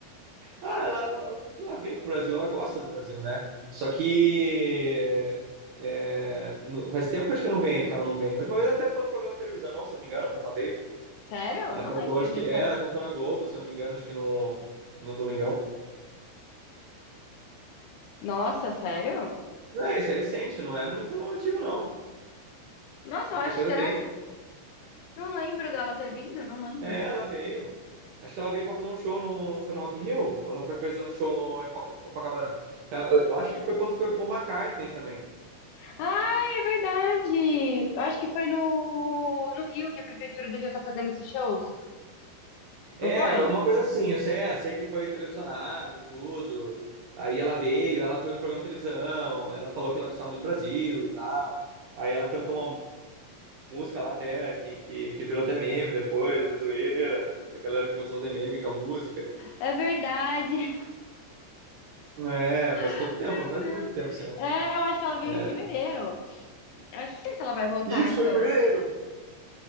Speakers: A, on the right (about 75°); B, on the left (about 80°).
A: Ah, ela, ela, ela vem pro Brasil, ela gosta do Brasil, né? Só que é, não- faz tempo que eu acho que não vem, que ela não vem. A última vez até foi no programa de televisão, se eu não me engano, quando ela veio.
B: Sério?
A: Ela
B: Eu não
A: cantou,
B: lembro
A: acho
B: disso.
A: que é, ela cantou na Globo, se eu não me engano, acho que no, no Domingão.
B: Nossa, sério?
A: Não, isso é recente, não é muito antigo, não.
B: Nossa,
A: Muita
B: eu acho
A: coisa
B: que será
A: bem.
B: que. Não lembro dela ter vindo, não lembro.
A: É, ela veio. Acho que ela veio pra fazer um show no. Foi no Rock in Rio? Ou ela foi fazer um show no, em Pop- Copacabana? É, Eu, eu acho que foi quando foi o Paul McCartney também.
B: Ai, é verdade! Eu acho que foi no, no Rio que a Prefeitura do Rio tá fazendo esses shows,
A: É,
B: não foi?
A: era alguma coisa assim. Eu sei, é, sei que foi televisionado, tudo. Aí ela veio, ela foi no programa de televisão, ela falou que ela gostava muito do Brasil e tal. Aí ela cantou uma música lá até, que, que, que virou até meme depois, de zoeira. A galera começou a fazer meme com a música.
B: É verdade!
A: É, faz
B: <laughs>
A: pouco tempo,
B: Meu
A: não faz
B: Deus!
A: muito tempo, assim,
B: É, eu acho que ela veio
A: É.
B: em fevereiro. Eu acho que não sei se ela vai voltar,
A: Isso
B: então.
A: foi em fevereiro.